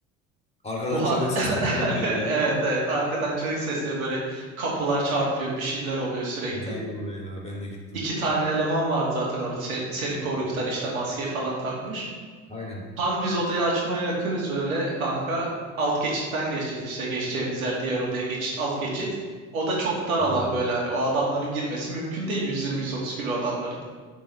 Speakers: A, on the left; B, on the right.
A: Arkadan
B: Buha
A: çığlık sesleri
B: <laughs>
A: falan verdiler
B: Evet
A: mi?
B: evet arkadan çığlık sesleri böyle kapılar çarpıyor bir şeyler oluyor sürekli.
A: Acayip oluyor ya. Ben de gittim.
B: İki tane eleman var zaten orada seni, seni korkutan işte maskeyi falan takmış.
A: Aynen.
B: Tam biz odayı açmaya yakınız böyle kanka. Alt geçitten geçeceğiz işte geçeceğimiz yer diğer odaya geçit alt geçit. O da çok dar alan
A: Oo.
B: böyle hani o adamların girmesi mümkün değil 120-130 kilo adamların.